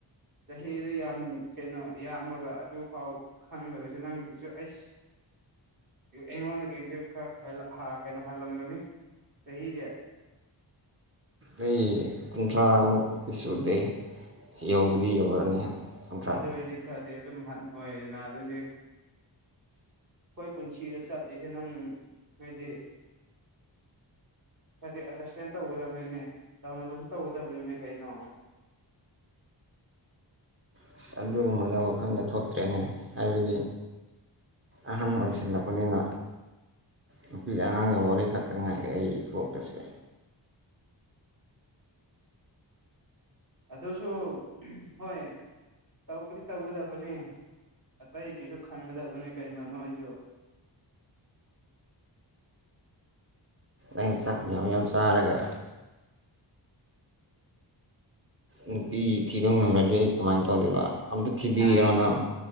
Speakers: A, on the right; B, on the right.
A: ꯆꯍꯤꯗꯨ ꯌꯥꯝ ꯀꯩꯅꯣ ꯌꯥꯝꯃꯒ ꯑꯗꯨꯐꯥꯎ ꯈꯪꯗꯕꯁꯦ ꯅꯪꯒꯤꯁꯨ ꯑꯩꯁ ꯑꯩꯉꯣꯟꯗꯒꯤꯖꯨ ꯈꯔ ꯍꯟꯂ ꯍ ꯀꯩꯅꯣ ꯍꯜꯂꯝꯒꯅꯤ ꯆꯍꯤꯖꯦ
B: ꯑꯩ ꯀꯨꯟꯊ꯭ꯔꯥꯃꯨꯛꯇꯤ ꯁꯨꯗꯦ ꯌꯧꯕꯗꯤ ꯌꯧꯔꯅꯤ ꯀꯨꯟꯊ꯭ꯔꯥ
A: ꯑꯗꯨꯏꯗꯤ ꯈꯔꯗꯤ ꯑꯗꯨꯝ ꯍꯟꯕ ꯑꯣꯏꯅ ꯑꯗꯨꯗꯤ ꯑꯩꯈꯣꯏ ꯄꯨꯟꯁꯤꯗ ꯆꯠꯂꯤꯁꯦ ꯅꯪ ꯅꯣꯏꯗꯤ ꯍꯥꯏꯗꯤ ꯑꯟꯗꯔꯁꯇꯦꯟ ꯇꯧꯒꯗꯕꯅꯤꯅꯦ ꯇꯧꯅꯕꯁꯨ ꯇꯧꯒꯗꯕꯅꯤꯅꯦ ꯀꯩꯅꯣ
B: ꯑꯁ ꯑꯗꯨꯒꯨꯝꯕꯗ ꯋꯥꯈꯜꯒ ꯊꯣꯛꯇ꯭ꯔꯦꯅꯦ ꯍꯥꯏꯕꯗꯤ ꯑꯍꯟ ꯑꯣꯏꯁꯤꯜꯂꯛꯄꯅꯤꯅ ꯅꯨꯄꯤ ꯑꯉꯥꯡꯒꯤ ꯋꯥꯔꯤ ꯈꯛꯇ ꯉꯥꯏꯔꯦ ꯑꯩ ꯀꯣꯛꯇꯁꯦ
A: ꯑꯗꯨꯁꯨ ꯍꯣꯏ ꯇꯧꯕꯗꯤ ꯇꯧꯒꯗꯕꯅꯦ ꯑꯇꯩꯒꯤꯁꯨ ꯈꯟꯒꯗꯕꯅꯦ ꯀꯩꯅꯣ ꯅꯣꯏꯖꯨ
B: ꯑꯩ ꯆꯥꯛ ꯌꯥꯝ ꯌꯥꯝ ꯆꯥꯔꯒ
A: <unintelligible>
B: ꯅꯨꯄꯤ ꯊꯤꯕ ꯉꯝꯒ꯭ꯔꯗꯤ ꯑꯩ ꯀꯃꯥꯏꯟ ꯇꯧꯗꯣꯏꯕ ꯑꯝꯇ ꯊꯤꯕꯤꯒꯦꯔꯣ
A: ꯑꯥ
B: ꯅꯪ
A: ꯐꯪ